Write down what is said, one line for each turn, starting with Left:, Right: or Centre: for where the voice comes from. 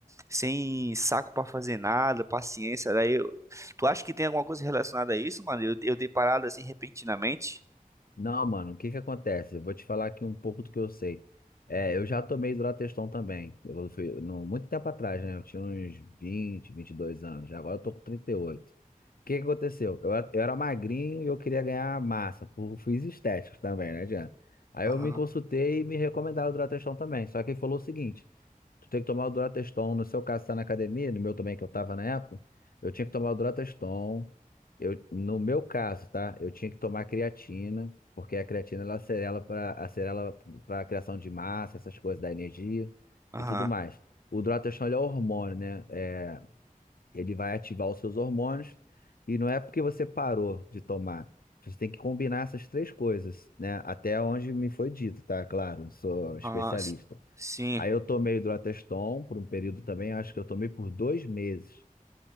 Right: sem saco pra fazer nada, paciência. Daí, eu- tu acha que tem alguma coisa relacionada a isso, mano? Eu, eu ter parado assim repentinamente?
Left: Não, mano, o que que acontece? Eu vou te falar aqui um pouco do que eu sei. É, eu já tomei Durateston também. Eu fui, no, muito tempo atrás, né? Eu tinha uns vinte, vinte e dois anos. Já Agora eu tô com 38. O que que aconteceu? Eu, era- eu era magrinho e eu queria ganhar massa. Por fins estéticos também, né, Diana? Aí
Right: Aham,
Left: eu me consultei e me recomendaram o Durateston também. Só que ele falou o seguinte. Tu tem que tomar o Durateston. No seu caso, tá na academia, no meu também, que eu tava na época, eu tinha que tomar o Durateston. Eu, no meu caso, tá? Eu tinha que tomar creatina, porque a creatina ela acelera para acelera para criação de massa, essas coisas, da energia
Right: aham,
Left: e tudo mais. O Durateston ele é hormônio, né? É, ele vai ativar os seus hormônios e não é porque você parou de tomar. Você tem que combinar essas três coisas, né? Até onde me foi dito, tá? Claro, não sou especialista.
Right: aham, s- sim,
Left: Aí eu tomei Hidroteston por um período também, acho que eu tomei por dois meses.